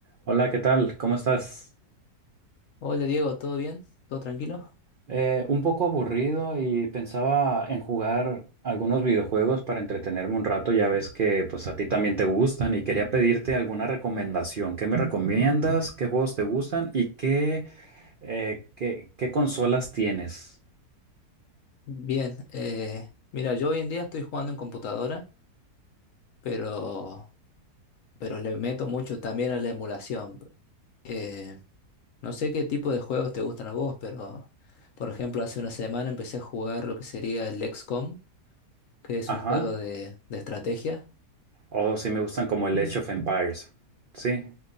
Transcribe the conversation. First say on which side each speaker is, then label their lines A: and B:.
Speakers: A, on the right; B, on the left.
A: Hola, ¿qué tal? ¿Cómo estás?
B: Hola Diego, ¿todo bien? ¿Todo tranquilo?
A: Eh, un poco aburrido y pensaba en jugar algunos videojuegos para entretenerme un rato. Ya ves que pues a ti también te gustan y quería pedirte alguna recomendación. ¿Qué me recomiendas? ¿Qué juegos te gustan? ¿Y qué, eh, qué, qué consolas tienes?
B: Bien, eh, mira, yo hoy en día estoy jugando en computadora, pero, pero le meto mucho también a la emulación. Eh, no sé qué tipo de juegos te gustan a vos, pero por ejemplo, hace una semana empecé a jugar lo que sería el XCOM, que es
A: Ajá.
B: un juego de, de estrategia.
A: O si me gustan como el Age of Empires. Sí,